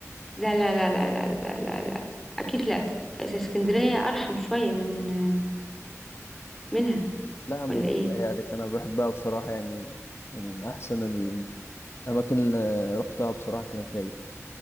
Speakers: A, in the centre; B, on the left.
A: لا لا لا لا لا لا لا, لا. أكيد لا أس- اسكندرية أرحم شوية من منها
B: لا يا عم
A: ولا
B: بتهيألك
A: إيه
B: انا بحبها بصراحة يعني من احسن الأماكن اللي رحتها بصراحة كانت هي